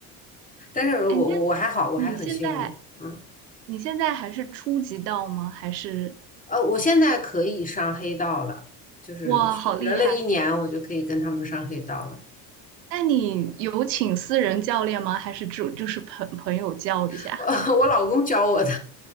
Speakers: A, on the left; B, on the right.
A: 但是我我我还好，
B: <laughs> 哎，那
A: 我还很幸运，
B: 你现在
A: 嗯，
B: 你现在还是初级道吗？还是
A: 呃，我现在可以上黑道了，就是学了一年，
B: 哇，好厉害！
A: 我就可以跟他们上黑道了。
B: 那你有请私人教练吗？还是主就是朋朋友教一下？
A: <laughs> 呃，我老公教我的，